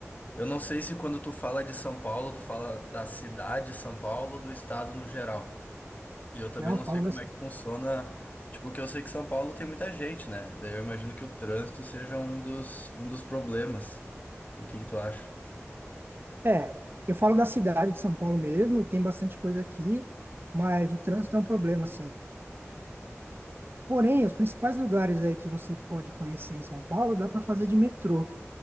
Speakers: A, on the left (about 35°); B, on the right (about 50°).
A: Eu não sei se quando tu fala de São Paulo, tu fala da cidade de São Paulo ou do estado no geral. E eu também
B: Não,
A: não
B: fala
A: sei como
B: da
A: é que funciona, tipo, porque eu sei que São Paulo tem muita gente, né? Daí eu imagino que o trânsito seja um dos, um dos problemas. O que que tu acha?
B: É, eu falo da cidade de São Paulo mesmo, tem bastante coisa aqui, mas o trânsito é um problema, assim. Porém, os principais lugares aí que você pode conhecer em São Paulo, dá para fazer de metrô.